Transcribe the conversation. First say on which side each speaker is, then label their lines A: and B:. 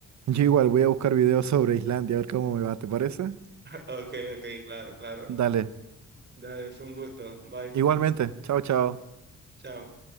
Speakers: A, on the right (about 65°); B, on the right (about 35°).
A: Yo igual voy a buscar videos sobre Islandia, a ver cómo me va, ¿te parece?
B: <laughs> Ok, ok, claro, claro.
A: Dale.
B: Dale, fue un gusto. Bye.
A: Igualmente. Chao, chao.
B: Chao.